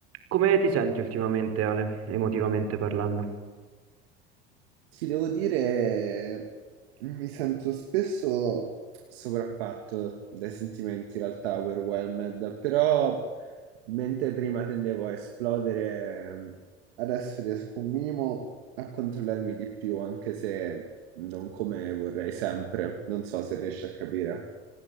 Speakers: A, on the right (about 50°); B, on the right (about 65°).
A: Come ti senti ultimamente, Ale, emotivamente parlando?
B: Ti devo dire, mi sento spesso sopraffatto dai sentimenti, in realtà overwhelmed, però mentre prima tendevo a esplodere, adesso riesco un minimo a controllarmi di più, anche se non come vorrei sempre. Non so se riesci a capire.